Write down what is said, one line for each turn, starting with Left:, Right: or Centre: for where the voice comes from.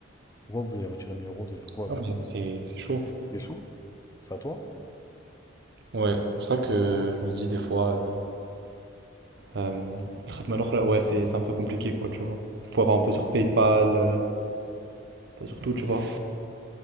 Left: Pourquoi vous allez retirer 1000 euros, vous allez faire quoi avec?
Right: Non, mais c'est c'est chaud.
Left: C'était chaud. C'est à toi?
Right: Ouais, c'est pour ça que je me dis des fois, euh, euh, le khatm al-akhra, ouais, c'est c'est un peu compliqué, quoi, tu vois. Faut avoir un peu sur PayPal, euh, pas sur tout, tu vois.